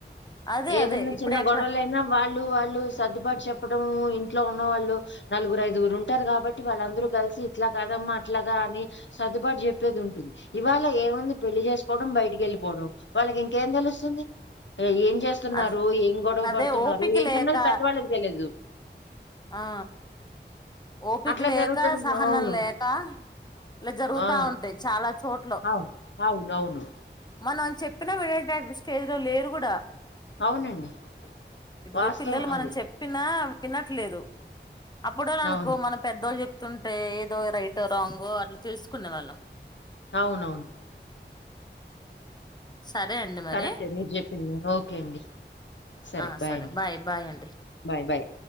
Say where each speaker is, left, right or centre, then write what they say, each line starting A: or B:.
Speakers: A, on the left; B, on the left.
A: అదే
B: ఏదైన్నా
A: అదే ఇప్పుడే
B: చిన్న
A: అక్కడ
B: గొడవలైనా వాళ్ళు వాళ్ళు సర్దుబాటు చెప్పడం ఇ ఇట్లో ఉన్న వాళ్ళు నలుగురు ఐదుగురు ఇంట్లో ఇంట్లో ఉన్నవాళ్లు నలుగురు ఐదుగురు ఉంటారు ఉంటారు. కాబట్టి వాళ్ళ అందరు కలిసి ఇట్లా కదమ్మా అట్లాగా అని సర్దుబాటు చెప్పేది ఉంటుంది. ఇవాళ ఏముంది పెళ్లి చేసుకోవడం బయటికి వెళ్ళిపోవడం వాళ్ళకి ఇంకేం తెలుస్తుంది. ఏ చేస్తున్నారు
A: అదే
B: ఏం గొడవ
A: అదే
B: పడుతున్నారు
A: ఓపిక
B: ఏంటన్నది
A: లేక
B: పెద్దవాళ్ళకి తెలియదు
A: ఆ ఓపిక
B: అట్లా
A: లేక
B: జరుగుతుంది
A: సహనం
B: అవును.
A: లేక ఇలా జరుగుత
B: ఆ!
A: ఉంటాయి చాలా చోట్ల
B: అవు అవును అవును
A: మనం చెప్పిన వినేటటు స్టేజ్ లో లేరు కూడా
B: అవునండి.
A: ఇప్పుడు
B: వాస్తవం
A: పిల్లలు మనం
B: అది
A: చెప్పినా తినట్లేదు అప్పుడ వాళ అనుకో
B: అవును
A: మనం పెద్దవాళ్ళు చెప్ తుంటే ఏదో రైట్ రాగ్ అట్లా తెలుసుకునే వాళ్ళం
B: అవునవును
A: సరే అండి మరి
B: కరెక్టే మీరు చెప్పింది ఓకే అండి సరే
A: ఆ
B: బాయ్ అండి
A: బాయ్ అండి
B: బాయ్ బాయ్